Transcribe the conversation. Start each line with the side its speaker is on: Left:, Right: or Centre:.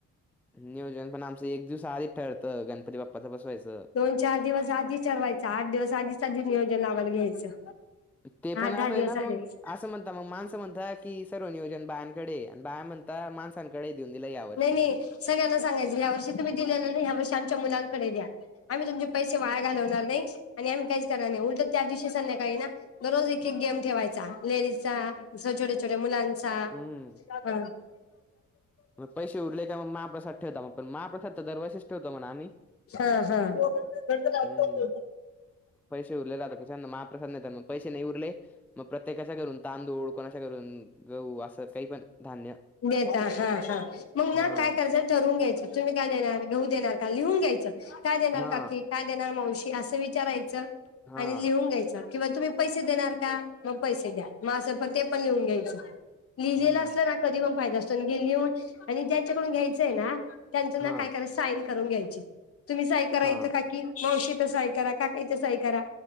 Centre: नियोजन पण आमच एक दिवस आधी ठरतं गणपती बाप्पाच बसवायचं.?
Left: दोन दिवस आधी ठरवायचं दिवस आधीच आधी नियोजन लाला घ्यायचं.
Centre: ते असं
Left: आठ दहा दिवस
Centre: आहे ना मग
Left: आधीच
Centre: असं म्हणत मग. असं म्हणता की सर्व नियोजन बायांकडे आणि बाया म्हणता माणसांकडे देऊन दिला या वर्षी.
Left: नाही नाही सगळ्यांना सांगयं ह या वर्षी तु्ही दिले नाही ह्या वर्ष आमच्यालांकडे द्या.? आम्ही तुमचे पैसे वाया घालवणार नाही आणि आम्ही काहीच करणार नाही उलटं त्या दिवशी संध्याकाळी ना दरोज एक एक गेम ठेवायचा लेडीजचा, छोट्या-छोट्या मुलां चां
Centre: हम्म.
Left: अ
Centre: मग पैसे उरले का मग महाप्रसाद ठेवता म पण महाप्रसाद तर दरवर्षीच ठेवतो म्हणा आम्ही
Left: हा हा हा
Centre: हम्म. पैशे उरले जातं की <unintelligible> महाप्रसाद नाहीेतर मग पैशे नाही उरले म प्रत्येकाच्या करून तांदूळ कोणाच्या करून गहू असं काही पण धान्य
Left: देता हा हा मग ना
Centre: हां.
Left: काय करायचं ठरवून घ्यायचं. तुम्ही काय देणार घेऊ देणार का लिहून घ्यायचं काय देणार
Centre: हां.
Left: काकी काय देणार मावशी असं विचारायचं
Centre: हां.
Left: आणि लिहून घ्यायचं. किंवा तुम्ही पैसे देणार का म पैसे द्या मग असं पण ते पण लिहून घ्यायचं. लिहिलेलं
Centre: हम्म.
Left: असलं ना कधी पण फायदा असतो अन गे लिहून आणि ज्यांच्याकडून घ्यायचं आहे ना त्यांचा ना
Centre: हां.
Left: काय करायचा साईन करून घ्यायची तुम्ही सही करा
Centre: हां.
Left: इथं काकी मावशी इथे सही करा काका इथे सही करा